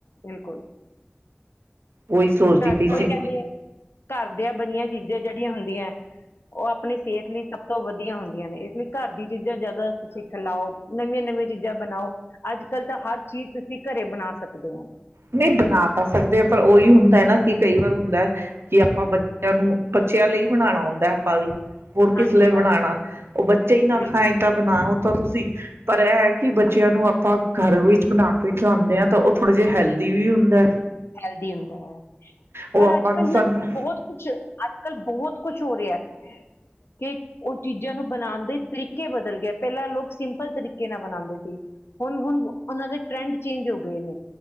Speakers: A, on the left; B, on the right.
A: ਬਿਲਕੁਲ
B: ਉਹੀ ਸੋਚਦੀ
A: ਘਰ
B: ਪਈ
A: ਉਹੀ
B: ਸੀ
A: ਕਹਿੰਦੇ ਘਰਦਿਆਂ ਬਣੀਆਂ ਚੀਜ਼ਾਂ ਜਿਹੜੀਆਂ ਹੁੰਦੀਆਂ ਉਹ ਆਪਣੀ ਸਿਹਤ ਲਈ ਸਭ ਤੋਂ ਵਧੀਆ ਹੁੰਦੀਆਂ ਨੇ ਇਸ ਲਈ ਘਰ ਦੀਆਂ ਚੀਜ਼ਾਂ ਜ਼ਿਆਦਾ ਤੁਸੀ ਖਿਲਾਓ, ਨਵੀਆਂ ਨਵੀਆਂ ਚੀਜ਼ਾਂ ਬਣਾਓ ਅੱਜ ਕੱਲ ਤਾਂ ਹਰ ਚੀਜ਼ ਤੁਸੀਂ ਘਰੇ ਬਣਾ ਸਕਦੇ ਹੋ
B: ਨਹੀਂ ਬਣਾ ਤਾਂ ਸਕਦੇ ਆ ਪਰ ਉਹੀ ਹੁੰਦਾ ਨਾ ਕਿ ਕਈ ਵਾਰ ਹੁੰਦਾ ਕਿ ਆਪਾਂ ਬੱਚਿਆਂ ਨੂੰ ਬੱਚਿਆਂ ਲਈ ਬਣਾਉਣਾ ਹੁੰਦਾ ਪਾਈ ਹੁਣ ਕਿਸਲੇ
A: ਹਾਂਜੀ,
B: ਬਣਾਣਾ
A: ਹਾਂ,
B: ਉਹ ਬੱਚੇ ਹੀ ਨਾ
A: ਬਿਲਕੁਲ
B: ਖਾਏ ਤਾਂ ਬਣਾ ਤੁਸੀਂ- ਪਰ ਇਹ ਹੈ ਕਿ ਬੱਚਿਆਂ ਨੂੰ ਆ ਘਰ ਵਿੱਚ ਬਣਾ ਕੇ ਖਿਲਾਦੇ ਆ ਤਾਂ ਉਹ ਥੋੜੇ ਜਿਹੇ ਹੈਲਦੀ ਵੀ ਹੁੰਦਾ
A: ਹੈਲਦੀ ਹੁੰਦਾ
B: ਉਹ
A: ਪਰ
B: ਆਪਾਂ
A: ਅੱਜ ਕੱਲ
B: ਨੂੰ ਸਾਨੂੰ
A: ਨਾ ਬਹੁਤ ਕੁਝ ਅੱਜਕੱਲ ਬਹੁਤ ਕੁਝ ਹੋ ਰਿਹਾ- <unintelligible> ਚੀਜਾਂ ਨੂੰ ਬਣਾਉਣ ਦੇ ਬਦਲ ਗਿਆ ਪਹਿਲਾਂ ਲੋਕ ਸਿੰਪਲ ਤਰੀਕੇ ਨਾਲ ਬਣਾਉਂਦੇ ਸੀ ਹੁਣ ਹੁਣ ਉਹਨਾਂ ਦੇ ਟਰੈਂਡ ਚੇਂਜ ਹੋ ਗਏ ਨੇ